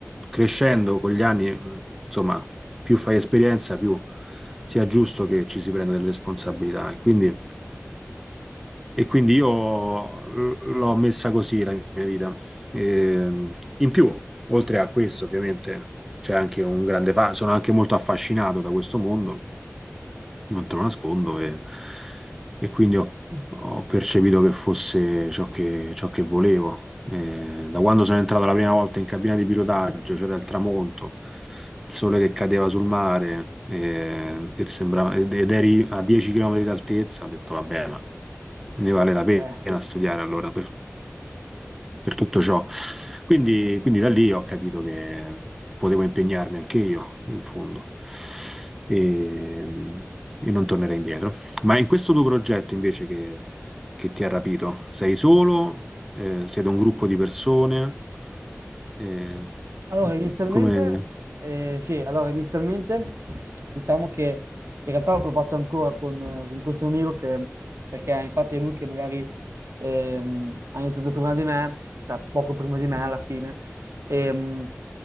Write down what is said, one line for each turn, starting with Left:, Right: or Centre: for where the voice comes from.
Centre: crescendo con gli anni, insomma, più fai esperienza, più sia giusto che ci si prenda delle responsabilità. E Quindi e quindi io l'ho messa così la mia vita. E, in più, oltre a questo, ovviamente, c'è anche un grande fa- sono anche molto affascinato da questo mondo non te lo nascondo, e, e quindi ho, ho percepito che fosse ciò che, ciò che volevo. Eh, da quando sono entrato la prima volta in cabina di pilotaggio, c'era il tramonto, il sole che cadeva sul mare, eh, e sembrava- ed ed eri a 10 km d'altezza, ho detto, vabbè, ma ne vale la pena
Right: Eh.
Centre: studiare allora. per- per tutto ciò. Quindi, quindi da lì ho capito che potevo impegnarmi anche io, in fondo, e, e non tornerei indietro. Ma in questo tuo progetto invece che, che ti ha rapito, sei solo? Eh, siete un gruppo di persone? Eh,
Right: Allora, inizialmente,
Centre: come...
Right: eh, sì, allora, inizialmente diciamo che in realtà lo faccio ancora con, eh, con questo mio amico che, perché infatti è lui che magari ehm, ha iniziato prima di me, cioè poco prima di me alla fine, Ehm,